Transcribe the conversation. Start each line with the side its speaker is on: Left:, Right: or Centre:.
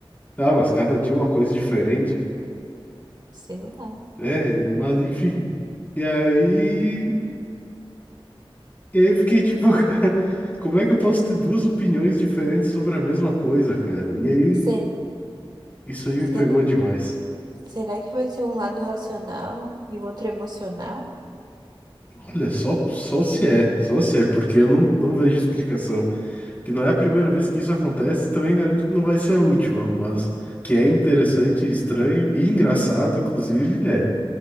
Left: Ah, mas cada dia uma coisa diferente.
Right: Sei lá.
Left: É, mas enfim. E aí. E aí eu fiquei tipo, <laughs> cara, como é que eu posso ter duas opiniões diferentes sobre a mesma coisa, cara? E aí,
Right: Se-
Left: isso aí me pegou
Right: será,
Left: demais.
Right: será que vai ser um lado racional e o outro emocional?
Left: Olha, só, só se é, só se é, porque eu não, não vejo explicação. Que não é a primeira vez que isso acontece, também garanto que não vai ser a última, mas que é interessante, estranho e engraçado,
Right: Uhum.
Left: inclusive, é.